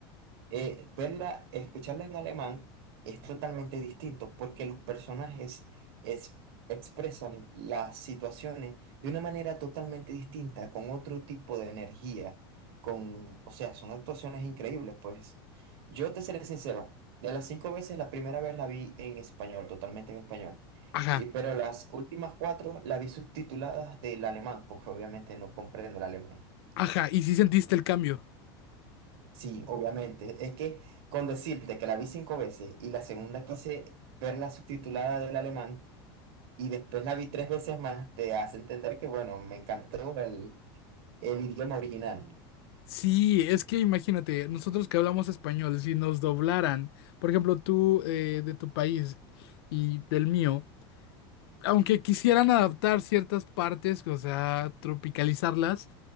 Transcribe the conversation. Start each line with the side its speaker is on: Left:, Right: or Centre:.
Right: eh, verla, escucharla en alemán es totalmente distinto porque los personajes es- expresan las situaciones de una manera totalmente distinta, con otro tipo de energía, con, o sea, son actuaciones increíbles, pues. Yo te seré sincero, de las cinco veces, la primera vez la vi en español, totalmente en español.
Left: Ajá,
Right: y- pero las últimas cuatro la vi subtituladas del alemán, porque obviamente no comprendo el alemán.
Left: ajá. Y sí sentiste el cambio.
Right: Sí, obviamente. Es que con decirte que la vi cinco veces y la segunda quise verla subtitulada del alemán y después la vi tres veces más, te hace entender que, bueno, me encantó el, el idioma original.
Left: Sí, es que imagínate, nosotros que hablamos español, si nos doblaran, por ejemplo, tú eh, de tu país y del mío, aunque quisieran adaptar ciertas partes, o sea, tropicalizarlas,